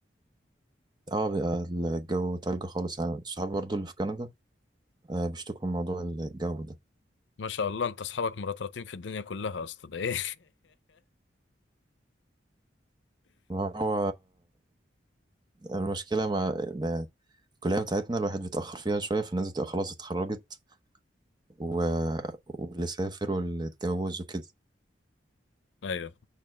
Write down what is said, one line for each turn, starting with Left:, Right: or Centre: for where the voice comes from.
Right: اه بيبقى الجو تلج خالص يعني صحابي برضو اللي في كندا آه، بيشتكوا من موضوع الجو ده
Left: ما شاء الله انت اصحابك مرطرطين في الدنيا كلها اصلا ده ايه
Right: ما هو المشكلة مع الكلية بتاعتنا الواحد بيتأخر فيها شوية فالناس بتبقى خلاص اتخرجت و... واللي سافر واللي اتجوز وكده
Left: <laughs> ايوه